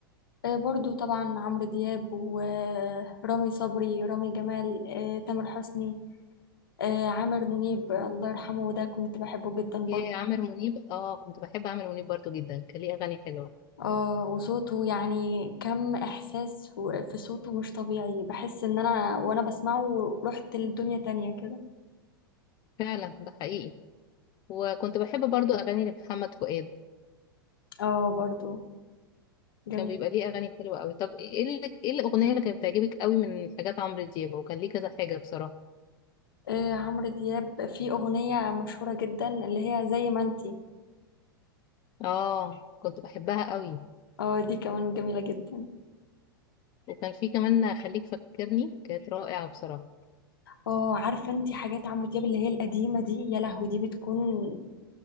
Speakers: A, on the left (about 70°); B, on the left (about 35°).
A: آه، برضو طبعا عمرو دياب ورامي صبري رامي جمال آه، تامر حسني آه، عامر منيب آه، الله يرحمه ده كنت بحبه جدا برضو
B: يا يا عامر منيب اه كنت بحب عامر منيب برضو جدا كان ليه اغاني حلوة
A: اه وصوته يعني كم احساس و- في صوته مش طبيعي بحس ان انا وانا بسمعه رحت لدنيا تانية كده
B: فعلا ده حقيقي وكنت بحب برضو اغاني لمحمد فؤاد
A: اه برضو جميل
B: كان بيبقى ليه اغاني حلوة قوي طب ايه اللي ايه الاغنية اللي كانت بتعجبك قوي من حاجات عمرو دياب وكان ليه كذا حاجة بصراحة
A: آه، عمرو دياب في اغنية مشهورة جدا اللي هي زي ما انتي
B: اه كنت بحبها قوي
A: اه دي كمان جميلة جدا
B: وكان في كمان خليك فاكرني كانت رائعة بصراحة
A: اه عارفة انتي حاجات عمرو دياب اللي هي القديمة دي يا لهوي دي بتكون